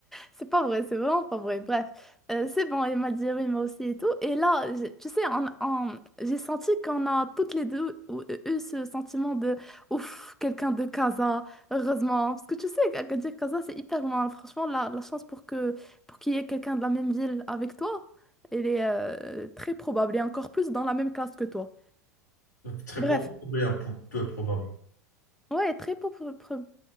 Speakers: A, in the centre; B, on the left.
A: c'est pas vrai, c'est vraiment pas vrai. Bref, Euh, c'est bon, il m'a dit oui, moi aussi et tout. Et là, j'ai- tu sais, on- on- j'ai senti qu'on a toutes les deux ou- euh, eu ce sentiment de ouf, quelqu'un de casa, heureusement. Parce que tu sais, à- à dire casa, c'est hyper loin. Franchement, la, la chance pour que, pour qu'il y ait quelqu'un de la même ville avec toi, elle est euh, très probable et encore plus dans la même classe que toi.
B: Très
A: Bref,
B: probable, oui, un peu, peu probable.
A: ouais, très, peu- peu- peu-